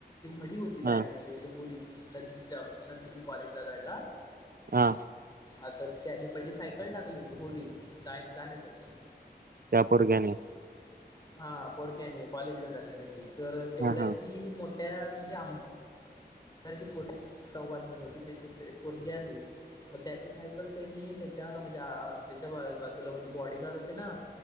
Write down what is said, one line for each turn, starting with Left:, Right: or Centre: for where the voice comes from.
Left: नदि होती जायला
Right: हा
Left: मध्ये म्हणजे होळी नदीच्या नदीतून कॉलेजला जायला.
Right: हा.
Left: आता त्याने पहिली सायकल टाकली होती होडी जाय जाण्यासाठी
Right: त्या पोरग्याने
Left: हा पोरग्याने कॉलेजला जाण्यासाठी तर तेवढ्या
Right: हा हा
Left: ती मोठ्या म्हणजे आम दाराची पोरगी चव्हण म्हणून होती त्याच्या पोरगी आली. मग त्याची सायकल त्यांनी त्याच्या म्हणजे अ त्याच्या बाजूला म्हणजे बॉडी गार्ड होते ना